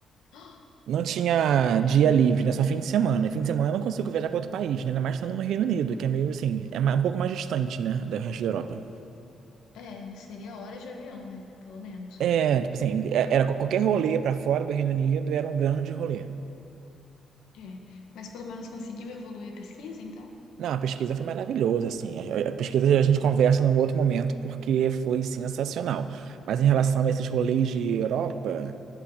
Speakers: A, on the left; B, on the right.
A: <gasps>
B: Não tinha dia livre, né, só fim de semana. E Fim de semana eu não consigo viajar para outro país, né, ainda mais estando no Reino Unido, que é meio assim, é ma- um pouco mais distante, né, do resto da Europa.
A: Ah, É, seria horas de avião, né? Pelo menos.
B: É, tipo assim, é- era qual- qualquer rolê para fora do Reino Unido era um grande rolê.
A: É. Mas pelo menos conseguiu evoluir a pesquisa, então?
B: Não, a pesquisa foi maravilhosa, assim. A, a- pesquisa a gente conversa num outro momento porque foi sensacional. Mas em relação a esses rolês de Europa,